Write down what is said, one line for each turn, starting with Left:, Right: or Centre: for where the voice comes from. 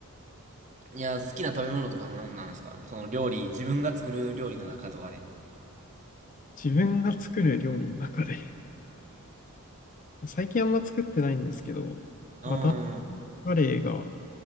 Right: いや、好きな食べ物とかなんなんですかその料理、自分が作る料理の中とかで。
Left: 自分が作る料理の中で、<laughs> 最近あんま作ってないんですけど、
Right: うーん。
Left: バターカレーが